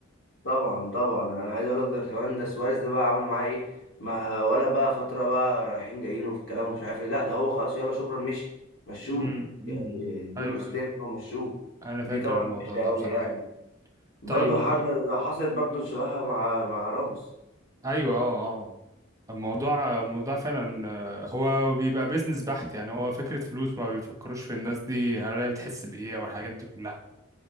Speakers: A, on the left; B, on the right.
A: طبعا طبعا انا عايز اقول لك ده كمان ده سواريز ده بقى عملوا معاه ايه ما ولا بقى فتره بقى رايحين جايين وفي الكلام ومش عارف ايه لا ده هو خلاص يلا شكرا مشي مشوه
B: امم أمم،
A: يعني
B: أمم.
A: ادوا
B: ايوه
A: له استغنى
B: ايوه
A: ومشوه
B: انا فاكر
A: دي طبعا
B: الموضوع
A: وحشه
B: ده
A: قوي
B: بصراحه
A: يعني برضو
B: طيب
A: حركه حصلت برضو شبهها مع مع راموس
B: ايوه اه اه الموضوع الموضوع فعلا آه، هو بيبقى بيزنس بحت يعني هو فكرة فلوس ما بيفكروش في الناس دي هل هي بتحس بإيه أو الحاجات دي كلها